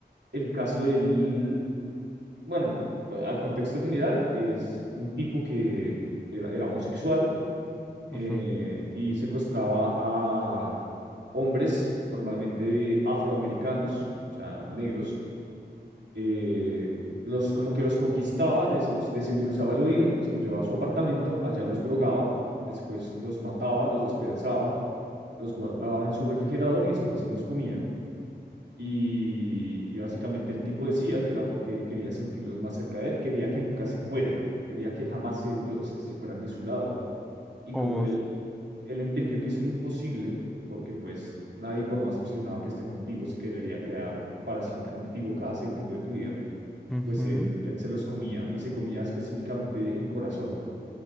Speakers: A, on the right (about 85°); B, in the centre.
A: el caso del, bueno, a contexto general, es un tipo que era, era homosexual eh,
B: Ujú.
A: y secuestraba a hombres, normalmente afroamericanos, o sea, negros, eh, los, como que los conquistaba, les, los, les endulzaba el oído, se los llevaba a su apartamento, allá los drogaba, después los mataba, los despedazaba, los guardaba en su refrigerador y después se los comía. Y, y básicamente el tipo decía que era porque quería sentirlos más cerca de él, quería que nunca se fueran, quería que jamás se, lo- se, se fueran de su lado. Y
B: Oh,
A: como él,
B: s-
A: él entendió que eso era imposible, porque pues nadie, por más obsesionado que esté contigo, se querería quedar para siempre contigo cada segundo de tu vida
B: ujú.
A: pues él, él se los comía y se comía específicamente el corazón,